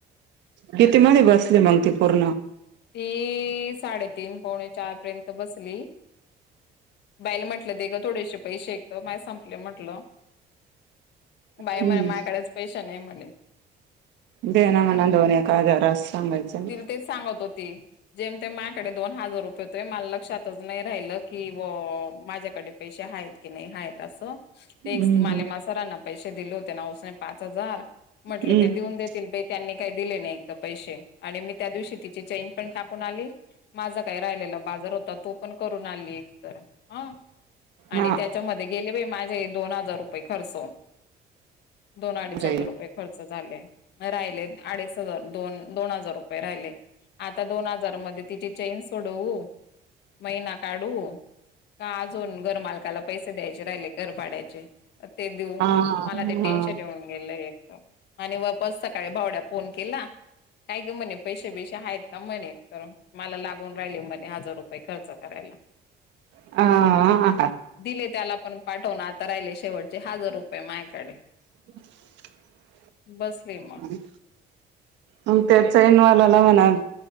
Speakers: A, on the right (about 80°); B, on the left (about 70°).
A: किती मध्ये बसले मग त पूर्ण
B: ती साडेतीीन पोणे चार पर्यंत बसली. बाईल म्हटलं दे गं थोडेसे पैसे ऐतं माय संपले म्हटलं. बाय
A: हम्म
B: म्हणे माझकडेच पैश नाही म्हणे.
A: दे ना म्हणा दोन एका आजार अस सांगायचं,
B: तिला तेच सांगत होते. जेम ते माझकडे दोन हजार रुपये होतोय मला लक्षातच नाही राहिलं की व माझ्याकडे पैसे आहेत. क नाही हाला असो, ते
A: हम्म
B: माले मासरांना पैसे दिले होते ना सने पाच हजार म्हटलं
A: हम्म
B: ते देऊन देतील बे त्यांनी काही दिले नाही तर पैसे आणि मी त्या दिवशी तिची चेन पण टाकून आली, माझा काय राहिलेला बाजार होता तो पण करून आली एकतर ह, आणि
A: हा
B: त्याच्यामध्ये गेले व माझे दोन हजार रुपये खर्च होून, दोन अडीच
A: अरे
B: हजार रुपये खर्च झाले राहिले अडीच हजार दोन दोन हजार रपये राहिले आता दोन हजार म तिची चेन सोडवू, मैना काढू का अजून घर मालकाला पैसे द्यायचे राहिले घर पाडायचे, ते देऊ,
A: हा
B: मला
A: हा
B: ते टेन्शन येऊन गेल एक तर आणि वापस सकाळी भावड्या फोन केला काय म्हणे पैसे बैसे आहेत का? म्हणे, तर मला लागून राहिले म्हणे, हजार रुपये खर्च करायला.
A: हा
B: दिले त्याला पण पाठवून. आता राहिले शेवटचे हजार रुपये मायकडे.
A: <inaudible>
B: बस <unintelligible>
A: ह मंग त्या चैनवाल्याला म्हणाच